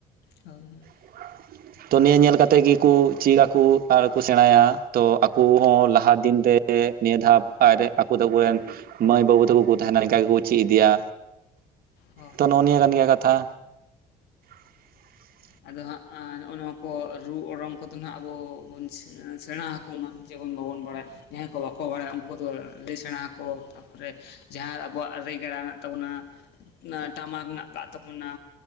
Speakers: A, on the left; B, on the right.
A: ᱦᱳᱭ ᱦᱳᱭ
B: <inaudible> ᱛᱚ ᱱᱤᱭᱟᱹ ᱧᱮᱞ ᱠᱟᱛᱮᱜ ᱜᱮᱠᱚ ᱪᱮᱫ ᱟᱠᱚ ᱟᱨᱠᱚ ᱥᱮᱸᱲᱟᱭᱟ ᱛᱚ ᱟᱠᱚ ᱦᱚᱸ ᱞᱟᱦᱟ ᱫᱤᱱᱨᱮ ᱡᱮ ᱱᱤᱭᱟᱹ ᱫᱷᱟᱯ ᱟᱨ ᱟᱠᱚ ᱛᱟᱠᱚ ᱨᱮᱱ ᱢᱟᱹᱭ ᱵᱟᱹᱵᱩ ᱛᱟᱠᱚ ᱠᱚ ᱛᱟᱦᱮᱱᱟ ᱤᱱᱠᱟ ᱜᱮᱠᱚ ᱪᱮᱫ ᱤᱫᱤᱭᱟ
A: ᱦᱳᱭ
B: ᱛᱚ
A: ᱦᱳᱭ
B: ᱱᱚᱜᱼᱚ ᱱᱤᱭᱟᱹ ᱠᱟᱱ ᱜᱮᱭᱟ ᱠᱟᱛᱷᱟ <unintelligible>
A: ᱟᱫᱚ ᱦᱟᱸᱜ ᱱᱚᱜᱼᱚ ᱱᱚᱣᱟ ᱠᱚ ᱨᱩ ᱚᱨᱚᱝ ᱠᱚᱫᱚ ᱱᱟᱜ ᱟᱵᱚ ᱵᱚᱱ ᱥᱮᱸᱲᱟ ᱟᱠᱚ ᱢᱟ ᱡᱮᱢᱚᱱ ᱵᱟᱵᱚᱱ ᱵᱟᱲᱟᱭᱟ ᱡᱟᱦᱟᱸᱭ ᱠᱚ ᱵᱟᱠᱚ ᱵᱟᱲᱟᱭᱟ ᱩᱱᱠᱩ ᱫᱚ ᱞᱟᱹᱭ ᱥᱮᱸᱲᱟ ᱟᱠᱚ ᱛᱟᱨᱯᱚᱨᱮ ᱡᱟᱦᱟᱸ ᱟᱵᱚᱣᱟᱜ ᱨᱮᱜᱟᱲᱟ ᱢᱮᱱᱟᱜ ᱛᱟᱵᱚᱱᱟ ᱴᱟᱢᱟᱠ ᱢᱮᱱᱟᱜ ᱟᱠᱟᱫ ᱛᱟᱵᱚᱱᱟ